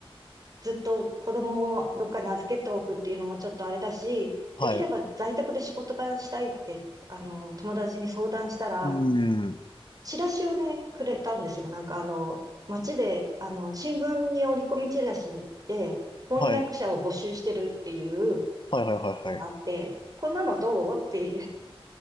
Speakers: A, on the right; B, on the left.
A: ずっと子供をどっかに預けておくっていうのもちょっとあれだし、
B: はい、
A: できれば在宅で仕事がしたいって、あの、友達に相談したら、
B: うーん、
A: チラシをね、くれたんですよ。なんかあの、街で、あの、新聞に折り込みチラシで、翻訳者を募集してるっていう
B: はい、はい、はい、
A: のがあって、
B: はい、
A: こんなのどうってい